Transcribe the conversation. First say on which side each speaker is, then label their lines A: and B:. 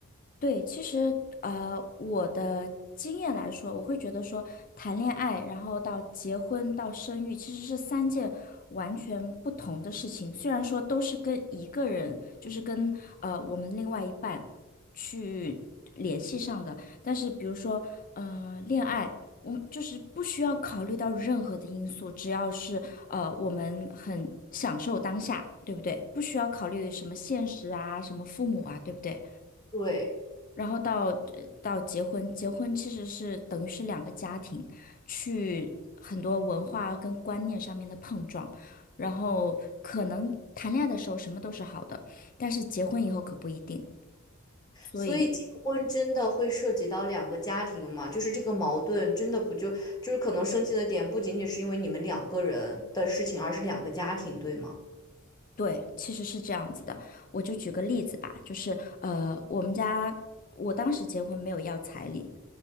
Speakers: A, on the left; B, on the left.
A: 对，其实呃，我的经验来说，我会觉得说，谈恋爱，然后到结婚到生育，其实是三件完全不同的事情。虽然说都是跟一个人，就是跟呃我们另外一半去联系上的，但是比如说呃恋爱，我们就是不需要考虑到任何的因素，只要是呃我们很享受当下，对不对？不需要考虑什么现实啊，什么父母啊，对不对？
B: 对，
A: 然后到呃到结婚，结婚其实是等于是两个家庭去很多文化跟观念上面的碰撞，然后可能谈恋爱的时候什么都是好的，但是结婚以后可不一定，所以
B: 所以结婚真的会涉及到两个家庭嘛？就是这个矛盾真的不就就是可能生气的点不仅仅是因为你们两个人的事情，而是两个家庭，对吗？
A: 对，其实是这样子的。我就举个例子吧，就是呃，我们家我当时结婚没有要彩礼，